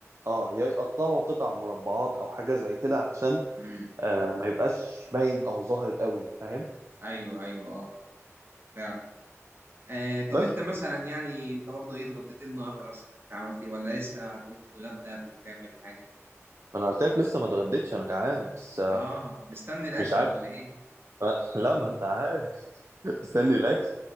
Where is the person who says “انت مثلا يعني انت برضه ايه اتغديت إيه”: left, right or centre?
Right